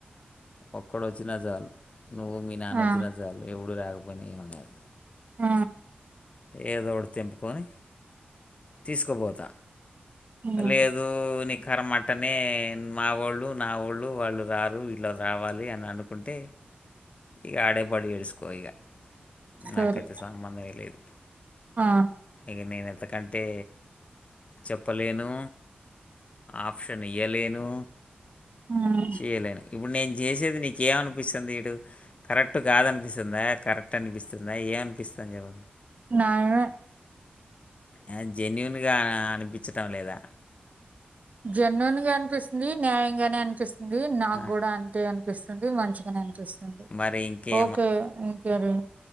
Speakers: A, on the left; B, on the right.
A: ఒక్కడోచ్చినా జాలు నువ్వు మీ నానా నోచ్చిన
B: ఆ!
A: జాలు ఎవడు రాక పనేమీలేదు
B: ఆ
A: ఏదోటి తెంపుకొని తీసుకోపోత
B: హ్మ్.
A: లేదు నిఖరమట్టనే మా ఓళ్ళు నా ఓళ్ళు వాళ్ళు రారు ఇట్ల రావాలి అని అనుకుంటే ఇక ఆడేపడి ఏడుసుకో ఇగ
B: సరే.
A: నాకైతే సంబంధం ఏ లేదు
B: ఆ!
A: ఇగ నేను అయితే కంటే చెప్పలేను ఆప్షన్ ఇయాలేను
B: హ్మ్.
A: చేయలేను ఇప్పుడు నేను చేసేది నీకేమ అనిపిస్తుంది ఇడు కరెక్ట్ కాదనిపిస్తుందా కరెక్ట్ అనిపిస్తుందా ఏవనిపిస్తుంది చెప్పు
B: న్యాయమే
A: అ జన్యునుగ అ అనిపించటము లేదా
B: జన్యునుగా గానే అనిపిస్తుంది న్యాయంగానే అనిపిస్తు ది నాగూడా
A: ఆ!
B: అంతే అని పిస్తుంది మంచిగనే అనిపిస్తు అదే
A: మరి ఇంకే
B: ఓకే ఇంకేది